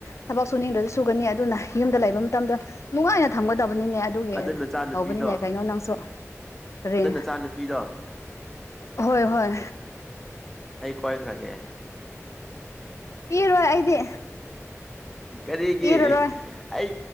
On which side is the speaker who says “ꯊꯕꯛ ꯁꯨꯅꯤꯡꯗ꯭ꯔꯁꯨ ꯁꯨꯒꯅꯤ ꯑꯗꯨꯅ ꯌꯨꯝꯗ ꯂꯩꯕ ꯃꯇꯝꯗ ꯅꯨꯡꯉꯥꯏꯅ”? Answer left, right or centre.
Left